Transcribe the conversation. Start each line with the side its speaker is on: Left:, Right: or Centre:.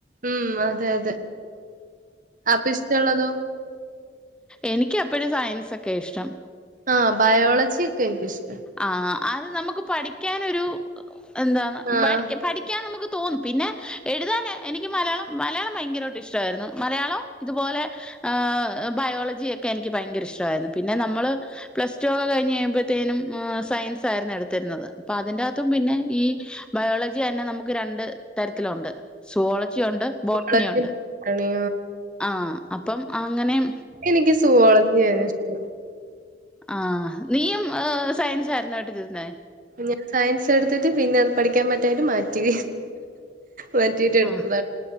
Right: ഉം അതെ അതെ അപ്പഷ്ട്ടള്ളതോ
Centre: എനിക്കപ്പഴും സയൻസൊക്കെ ഇഷ്ടം
Right: ആഹ് ബയോളജിയൊക്കെ എൻക്കി ഷ്ട്ട.
Centre: ആഹ് അത് നമുക്ക് പഠിക്ക്യാനൊരു എന്ത
Right: ആഹ്
Centre: പഠിക്കാ പഠിക്ക്യാൻ നമുക്ക് തോന്നും. പിന്നെ എഴുതാന് എനിക്ക് മലയാളം മലയാളം ഭയങ്കരവായിട്ട് ഇഷ്ട്ടവായിരുന്നു. മലയാളവും ഇതുപോലെ ഏഹ് ബയോളജിയെക്കെ എനിക്ക് ഭയങ്കര ഇഷ്ടവായിരുന്നു. പിന്നെ നമ്മള് പ്ലസ്ടുവൊക്കെ കഴിഞ്ഞഴ് യുമ്പത്തേനും ആഹ് സയൻസ് ആയിരുന്നു എടുത്തിരുന്നത്. അപ്പതിന്റകത്തും പിന്നെ ഈഹ് ബയോളജിയന്നെ നമുക്ക് രണ്ട് തരത്തിലുണ്ട് സുവോളജിയുണ്ട്
Right: സുവോളജി
Centre: ബോട്ടണിയുണ്ട്
Right: ബോട്ടണി
Centre: ആഹ് അപ്പം അങ്ങനെം
Right: എനിക്ക് സുവാജിയാണിഷ്ടം
Centre: ആഹ് നീയും സയൻസായിരുന്നേ എട്തിരുന്നേ?
Right: ഞാൻ സയൻസെടുത്തിട്ട് പിന്നെ അത് പഠിക്കാം പറ്റായിട്ട് മാറ്റി. മാറ്റിട്ടെടുത്തതാണ്.
Centre: ആഹ്